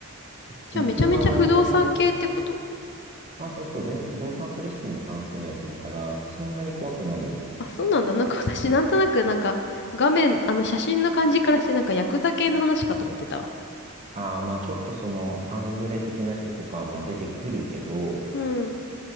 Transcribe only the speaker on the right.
実話を元
まあ、そうそう。全然不動産取引に関するやつだから、そんなに怖くないよ。
ああ、まあちょっとその、半グレ的な人とかも出てくるけど、